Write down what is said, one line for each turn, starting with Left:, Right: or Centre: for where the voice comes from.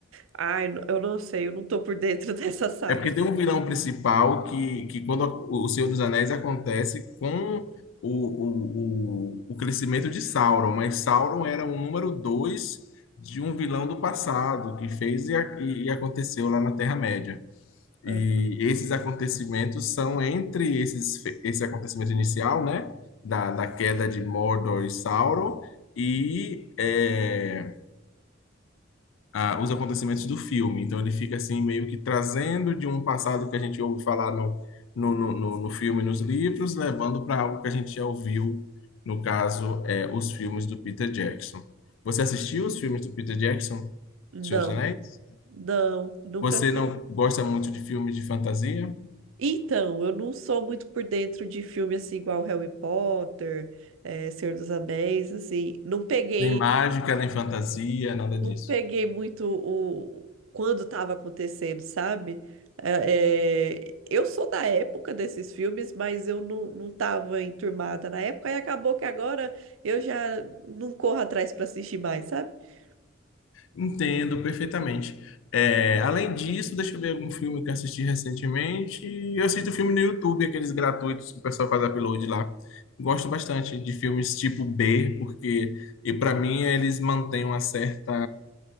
Right: ai, n- eu não sei, eu não tô por dentro <laughs> dessa saga.
Left: É porque tem
Right: não.
Left: um vilão principal que, que quando o Senhor dos Anéis acontece com o, o, o, o crescimento de Sauron, mas Sauron era o número dois de um vilão do passado que fez e, a- e aconteceu lá na Terra-média. E
Right: Aham.
Left: esses acontecimentos são entre esses, fe- esse acontecimento inicial, né, da, da queda de Mordor e Sauron, e é, a- os acontecimentos do filme. Então ele fica assim meio que trazendo de um passado que a gente ouve falar no, no, no, no no filme, e nos livros, levando para algo que a gente já ouviu, no caso, é, os filmes do Peter Jackson. Você assistiu os filmes do Peter Jackson,
Right: Não,
Left: Senhor dos Anéis?
Right: não, nunca
Left: Você
Right: assisti.
Left: não gosta muito de filmes de fantasia?
Right: Então, eu não sou muito por dentro de filme assim, igual Harry Potter, eh, Senhor dos Anéis, assim. Não peguei.
Left: Nem mágica, nem fantasia, nada disso.
Right: não peguei muito o quando estava acontecendo, sabe? É, é, eu sou da época desses filmes, mas eu não, não tava enturmada na época e acabou que agora eu já não corro atrás para assistir mais, sabe? <laughs>
Left: Entendo perfeitamente. É, além disso, deixa eu ver algum filme que eu assisti recentemente. Eu assisto filme no YouTube, aqueles gratuitos que o pessoal faz upload lá. Gosto bastante de filmes tipo B, porque e para mim eles mantêm uma certa